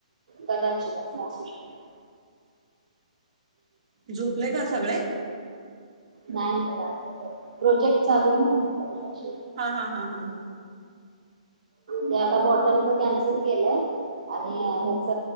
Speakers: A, on the right; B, on the right.
A: कदाचित अस. असू शकत.
B: झोपले का सगळे.
A: नाही नाही प्रोजेक्ट चालू आहे ना म्हणताना.
B: हा, हा, हा, हा, हा.
A: मी आता बॉटलच कॅन्सल केलंय. आणि ह्याच.